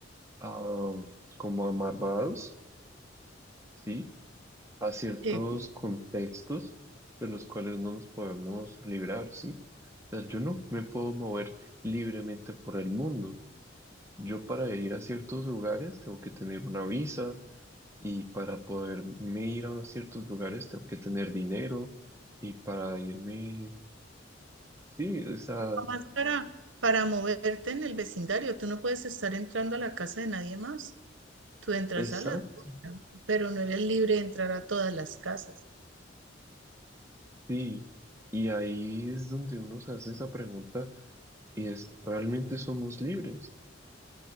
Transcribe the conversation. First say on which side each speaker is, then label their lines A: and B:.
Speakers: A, on the right; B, on the right.
A: ah, como amarrados, ¿sí? A ciertos
B: Sí,
A: contextos de los cuales no nos podemos librar, ¿sí? O sea, yo no me puedo mover libremente por el mundo. Yo para ir a ciertos lugares tengo que tener una visa Y para poderme ir a ciertos lugares tengo que tener dinero. Y para irme, sí, o sea,
B: Nada Más para, para moverte en el vecindario, tú no puedes estar entrando a la casa de nadie más, tú entras
A: exacto,
B: a la tuya, pero no eres libre de entrar a todas las casas.
A: sí. Y ahí es donde uno se hace esa pregunta y es, ¿realmente somos libres?